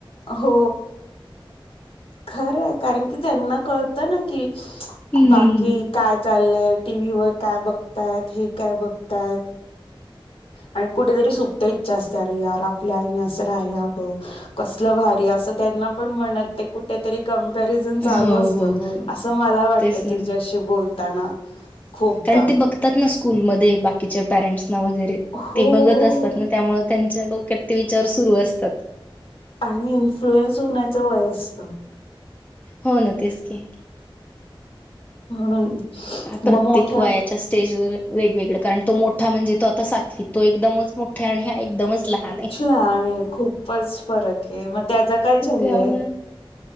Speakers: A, on the left; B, on the left.
A: हो खरंय कारण की त्यांना कळतं ना की
B: हम्म
A: बाकी काय चाललं. टी वी वर काय बघतयात हे काय बघतात. आणि कुठेतरी सुपत इच्छा असते अरे यार आपल्या आईने असं रहायला हव कसल अरे अस त्यांना पण मनात ते कुठेतरी कम. तरी जण चालू
B: हो
A: असतात
B: हो हो
A: अस मला वाटत
B: तेच ना
A: तिच्याशि बोलताना खूपदा
B: कारण ते बघतात ना स्कूलमध्ये बाकीच्या पेरेंट्सना वगैरे
A: हो
B: ते बघत
A: हो
B: असतात ना त्यामुळे त्यांच्या डोक्यात ते विचार सुरू असतात.
A: आणि इन्फ्लुएन्स होण्याचं वय असत.
B: हो ना तेच की
A: म्हणून
B: प्रत्येक
A: मग मोठ्या
B: वयाच्या स्टेजवर वेगवेगळ कारण तो मोठा म्हणजे तो आता सात तो एकदमच मोठा आहे आणि हा एकदमच. लहान
A: अच्छा
B: आहे
A: आणि खूपच फरक आहे. मग त्याचा काय छंद
B: त्यामुळे
A: आहे.